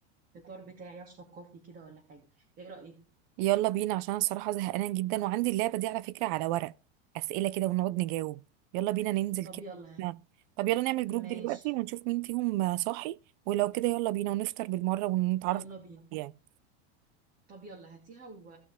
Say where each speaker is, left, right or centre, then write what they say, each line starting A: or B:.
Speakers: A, on the right; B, on the right.
A: الفطار بتاعي اشرب كوفي كده ولا حاجه ايه رايك
B: يلا بينا عشان أنا الصراحه زهقانه جدا وعندي اللعبه دي على فكره على ورق اسئله كده ونقعد نجاوب يلا بينا ننزل
A: طب
B: كده
A: يلا
B: نعم. طب يلا نعمل جروب
A: ماشي
B: دلوقتي ونشوف مين فيهم صاحي ولو كده يلا بينا ونفطر بالمره ونتعرف
A: يلا بينا
B: يعني
A: طب يلا هاتيها و...